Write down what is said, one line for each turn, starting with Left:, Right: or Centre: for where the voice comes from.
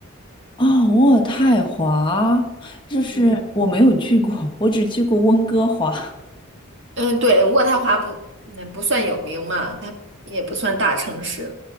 Left: 哦，渥太华，就是我没有去过，
Right: 嗯
Left: 我只去过温哥华。
Right: 嗯，对，渥太华不那不算有名嘛，它也不算大城市。